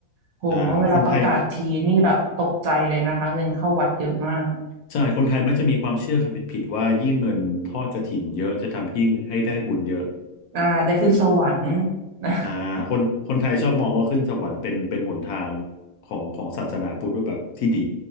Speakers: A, on the right; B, on the left.
A: โหเวลาประกาศทีนี่แบบตกใจเลยนะคะเงินเข้าวัดเยอะมาก
B: อ่าคนไทยใช่คนไทยมักจะมีความเชื่อกันผิดๆว่ายิ่งเงินทอดกฐินเยอะจะทำยิ่งให้ได้บุญเยอะ
A: อ่าได้ขึ้นสวรรค์นะ
B: อ่าคนคนไทยชอบมองว่าขึ้นสวรรค์เป็นเป็นหนทาง
A: <laughs>
B: ของของศาสนาพุทธว่าแบบที่ดี